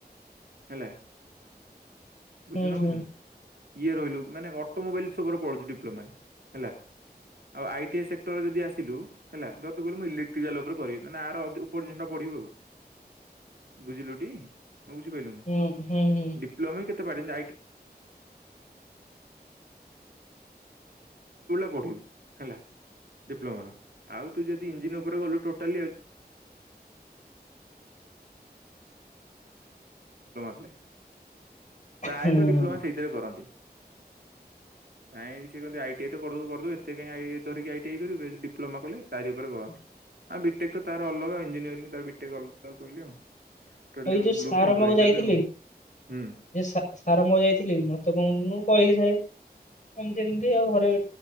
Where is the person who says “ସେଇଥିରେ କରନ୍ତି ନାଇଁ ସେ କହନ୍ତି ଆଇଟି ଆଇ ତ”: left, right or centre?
Right